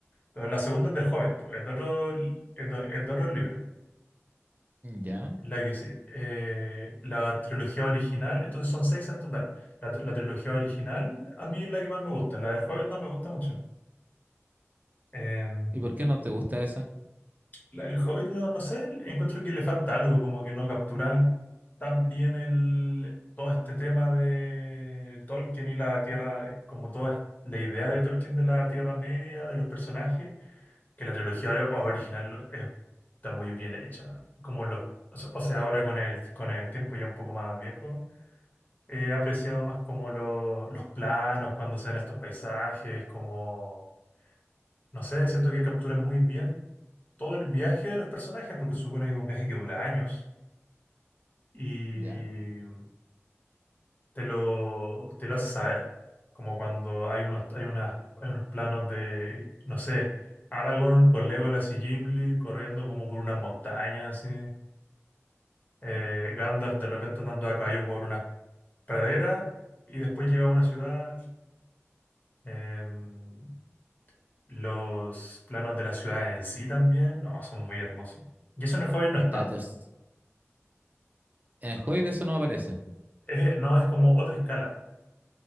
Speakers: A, on the left (about 35°); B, on the right (about 35°).
A: Pero la segunda es del Hobbit, pues, es de otro, li- es de, es de otro libro.
B: Ya.
A: La que sí, eh, la trilogía original, entonces son seis en total. La, la trilogía original a mí es la que más me gusta, la del Hobbit no me gusta mucho. Eh,
B: ¿Y por qué no te gusta esa?
A: la del Hobbit, no, no sé, encuentro que le falta algo, como que no capturan tan bien el, todo este tema de Tolkien y la Tierra, como toda es- la idea de Tolkien de la Tierra Media, de los personajes, que la trilogía ori- original es- está muy bien hecha. Como los, o sea, o sea, ahora con el, con el tiempo ya un poco más viejo. He apreciado más como lo- los planos cuando se ven estos paisajes, como, no sé, siento que capturan muy bien todo el viaje de los personajes, porque supone que es un viaje que dura años y
B: Ya.
A: te lo, te lo hace saber, como cuando hay unos, hay unas, hay unos planos de, no sé, Aragorn con Legolas y Gimli corriendo como por unas montañas, así. Eh, Gandalf de repente andando a caballo por unas praderas y después llega a una ciudad. em, Los planos de la ciudad en sí también, no, son muy hermosos. Y eso en el Hobbit no está.
B: Ya, te os- En el Hobbit eso no aparece.
A: Es- no es como otra escala.